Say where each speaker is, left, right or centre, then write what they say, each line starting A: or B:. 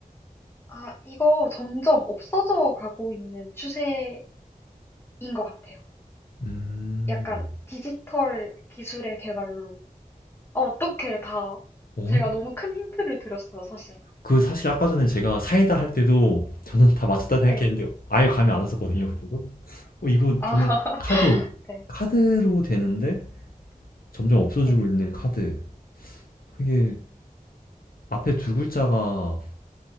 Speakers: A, on the left; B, on the left.
A: 아, 이거 점점 없어져 가고 있는 추세인 것 같아요.
B: 음.
A: 약간 디지털 기술의 개발로. 아, 어떻게 다.
B: 어?
A: 제가 너무 큰 힌트를 드렸어요, 사실.
B: 그 사실 아까 전에 제가 사이다 할 때도 저는 다 맞췄다 생각했는데
A: 네.
B: 아예 감이 안 왔었거든요, 그때도. 어, 이거
A: 아,
B: 정말
A: <laughs>
B: 카드,
A: 네.
B: 카드로 되는데 점점 없어지고
A: 네.
B: 있는 카드. 그게 앞에 두 글자가,